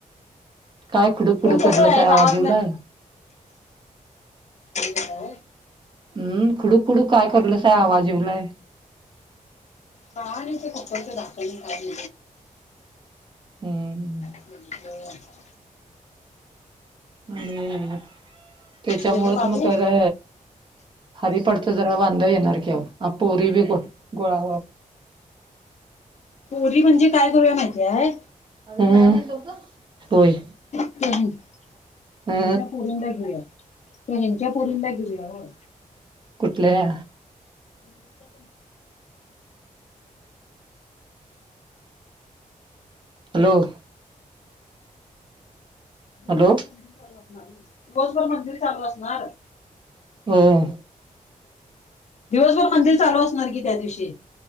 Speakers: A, on the right; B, on the left.
A: काय खुडू खुडूक
B: पण
A: करलं
B: कसं
A: सा
B: आहे
A: या्या
B: गावातल्या
A: बाजीवला.
B: हो.
A: हम्म खुडू खुडू काय करलस आवाज येवलय.
B: काय नाही ते फकडच दाल काय?
A: हम्.
B: ह
A: आणि त्याच्यामुळात
B: गेलं बाबू
A: मगरा हरी पडत जरा वांदा येणार की पोरी बी गोळा.
B: पोरी म्हणजे काय करूया माहिती आहे.
A: हम्म होय
B: हच्या
A: अ
B: पुोरींद घेऊया ते हच्या पुोरींद घेऊया हो.
A: कुठल्या?
B: आणि इक
A: हॅलो! हॅलो
B: दिवसभर मंदिर चालू असणार दिवसभर मंदिर चालू असणार.
A: हम्.
B: दिवसभर मंदिर चालू असणार की त्या दिवशी.